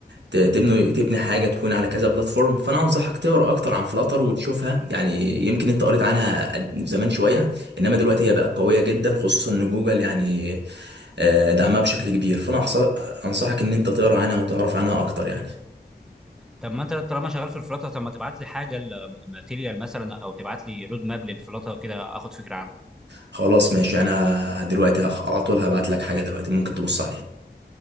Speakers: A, on the right; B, in the centre.
A: ت- تبني تبني حاجه تكون على كذا بلاتفورم فانا انصحك تقرا اكتر عن فلاتر وتشوفها يعني يمكن انت قريت عنها زمان شويه انما دلوقتي هي بقت قويه جدا خصوصا ان جوجل يعني آه، دعمها بشكل كبير فانا أحص- انصحك ان انت تقرا عنها وتعرف عنها اكتر يعني
B: طب ما انت طالما شغال في الفلاتر طب ما تبعت لي حاجه ماتيريال مثلا او تبعت لي رود ماب للفلاتر كده اخد فكره عنها
A: خلاص ماشي انا دلوقتي هخ- على طول هبعت لك حاجه دلوقتي ممكن تبص عليها